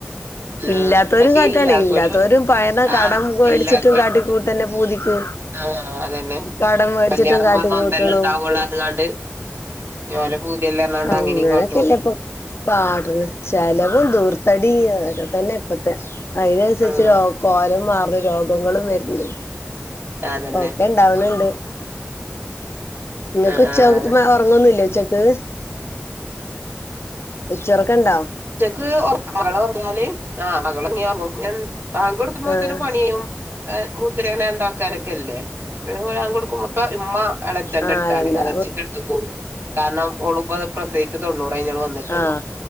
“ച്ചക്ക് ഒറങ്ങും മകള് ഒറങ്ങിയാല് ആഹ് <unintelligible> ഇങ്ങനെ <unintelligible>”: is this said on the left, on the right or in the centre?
Right